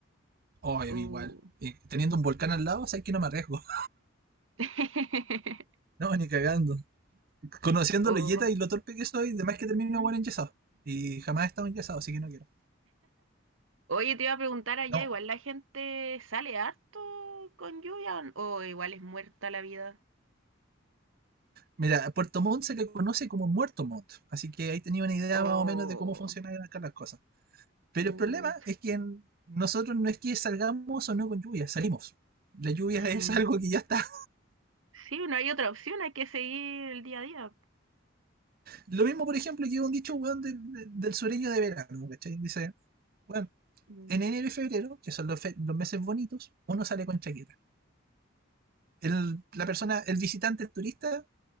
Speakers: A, on the right; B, on the right.
A: Oh, a mí
B: Uh.
A: igual. Y teniendo un volcán al lado, sabes que no me arriesgo. <laughs>
B: <laughs>
A: No, ni cagando. Conociendo
B: Oh.
A: la yeta y lo torpe que soy, de más que termino
B: Ujú.
A: igual enyesado. Y jamás he estado enyesado, así que no quiero.
B: Oye, te iba a preguntar allá,
A: No.
B: igual la gente sale harto con lluvia o igual es muerta la vida.
A: Mira, Puerto Montt se le conoce como Muerto Montt, así que ahí tenía una idea
B: O
A: más o menos de cómo funcionan acá las cosas. Pero
B: put.
A: el problema es que en- nosotros no es que salgamos o no con lluvia, salimos. La lluvia
B: Mm.
A: es <laughs> algo que ya está.
B: Sí, no hay otra opción, hay que seguir el día a día.
A: Lo mismo, por ejemplo, que un dicho, weón, de- de- del sureño de verano, ¿cachai? Dice, bueno,
B: Mm.
A: en enero y febrero, que son los, fe- los meses bonitos, uno sale con chaqueta. El, la persona, el visitante, el turista,